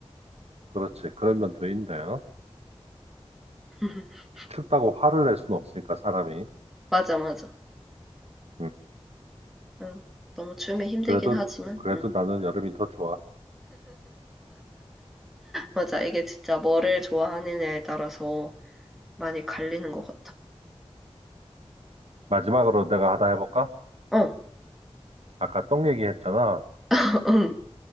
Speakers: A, on the right; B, in the centre.
A: 그렇지. 그런 면도 있네. 어?
B: <laughs>
A: 춥다고 화를 낼 수는 없으니까, 사람이.
B: 맞아, 맞아.
A: 응,
B: 응. 너무 추우면 힘들긴
A: 그래도,
B: 하지만,
A: 그래도
B: 응.
A: 나는 여름이 더 좋아.
B: 맞아. 이게 진짜 뭐를 좋아하느냐에 따라서 많이 갈리는 것 같아.
A: 마지막으로 내가 하나 해볼까?
B: 어,
A: 아까 똥 얘기했잖아.
B: <laughs> 응.